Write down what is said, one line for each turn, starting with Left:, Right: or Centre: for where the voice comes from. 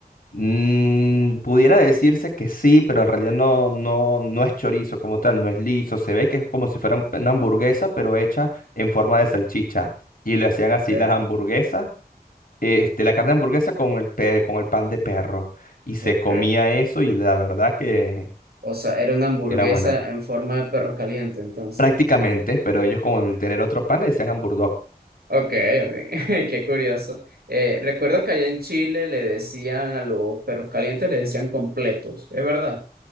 Left: Mm, pudiera decirse que sí, pero en realidad no, no, no es chorizo como tal, no es liso. Se ve que es como si fuera un- una hamburguesa, pero hecha en forma de salchicha. Y le hacían
Right: Ok,
Left: así las hamburguesas, este, la carne de hamburguesa con el, pe- con el pan de perro. Y se
Right: ok.
Left: comía eso y la verdad que
Right: O sea, era una hamburguesa
Left: era bueno.
Right: en forma de perro caliente entonces.
Left: prácticamente, pero ellos con el tener otro pan le decían hamburdog.
Right: Ok, ok, <laughs> qué curioso. Eh, recuerdo que allá en Chile le decían a los perros calientes, le decían completos, ¿es verdad?